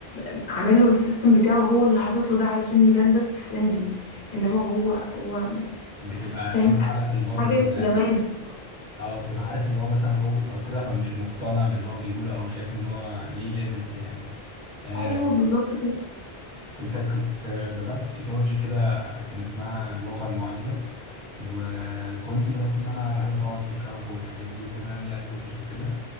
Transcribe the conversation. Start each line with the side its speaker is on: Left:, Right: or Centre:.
Left: م- عامله السيستم بتاعه هو اللي حاطط له ده علشان يبان بس فريندلي انما هو هو
Right: بتبقى
Left: فاهم
Right: أنت عقلك الباطن
Left: حاجة جماد
Right: أه بتبقى عارف إن هو مثلا روبوت أو كده فمش مقتنع باللي هو بيقوله أو شايف إن هو ليه ليميتس يعني آه،
Left: ايوه بالظبط كده
Right: كنت كنت بدأت في تكنولوجي كده كان اسمها الواقع المعزز وكنت بدأت إن أنا أتعلم طبعا سي شارب والحاجات دي وبروجرامينج لانجوجز وكده